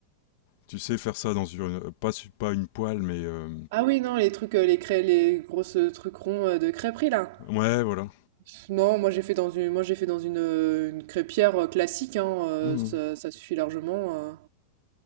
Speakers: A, on the left; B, on the right.
A: tu sais, faire ça dans une, euh, pas, su- pas une poêle, mais, euh,
B: Ah oui, non, les trucs, heu, les crê les grosses, euh, trucs ronds, heu, de crêperie, là?
A: ouais, voilà.
B: Pff, Non, moi, j'ai fait dans une moi, j'ai fait dans une, heu, une crêpière, heu, classique, hein, heu,
A: Mhm.
B: ça ça suffit largement, heu.